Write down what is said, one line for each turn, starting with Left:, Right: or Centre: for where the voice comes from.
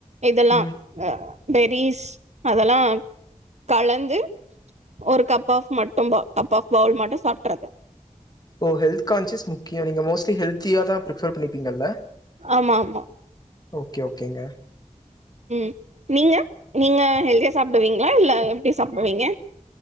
Right: இதெல்லா
Left: ம்
Right: அ பெரிஸ் அதெல்லா கலந்து ஒரு கப் ஆஃப் மட்டுபா கப் ஆஃப் பவுல் மட்டு சாப்ட்றது
Left: ஓ ஹெல்த் கான்சியஸ் முக்கிய நீங்க மோஸ்ட்லி ஹெல்தியா தா பிரிஃபர் பண்ணிப்பீங்கல்ல
Right: ஆமாம்மா
Left: ஓகே ஓகேங்க
Right: ம் நீங்க நீங்க ஹெல்தியா சாப்டுவீங்ளா இல்ல எப்டி சாப்டுவீங்க